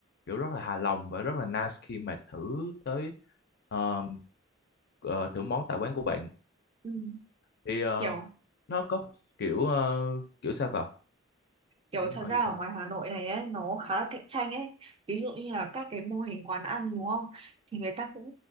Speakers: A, on the left (about 50°); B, on the right (about 25°).
A: kiểu rất là hài lòng và rất là nice khi mà thử tới ờ, ờ, thử món tại quán của bạn
B: ừ.
A: thì ờ,
B: Kiểu
A: nó có kiểu ờ, kiểu sao cậu
B: kiểu
A: cậu muốn
B: thật
A: hỏi
B: ra
A: gì
B: ở
A: thêm
B: ngoài Hà Nội này ấy nó khá là cạnh tranh ấy. Ví dụ như là các cái mô hình quán ăn đúng không? Thì người ta cũng